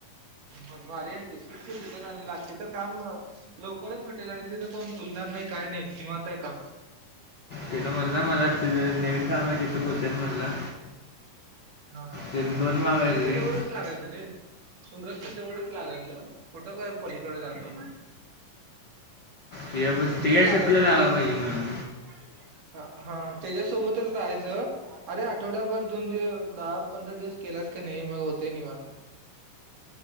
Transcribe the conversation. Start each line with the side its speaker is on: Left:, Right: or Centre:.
Right: मग भारी हाय कि, शिकते तिथे जाणी लागते तर काम, लवकरच भेटेल आणि तिथं कोण बोलणार नाही काय नाही? निवांत हाय काम.
Left: तेन म्हणला मला, तिथ नवीन काम हाय तिथं बोलत्यात म्हणला.
Right: हा हा.
Left: ते दोन मागायचं
Right: ते तर
Left: रे
Right: तेवढंच तीथ लागायचं रे, सुरजच्या जवळच लागायचं. कुठं काय पलीकडे जातो?
Left: ते या बस
Right: तिथंच
Left: ते या
Right: लागायचं
Left: शिफ्टला लागा
Right: निवांत
Left: पाहिजे
Right: हा
Left: म्हणून
Right: हा. त्याच्यासोबतच राहायचं अरे आठवड्याभर दोन दिव दहा पंधरा दिवस केल्यास का नाही मग होतय निवांत?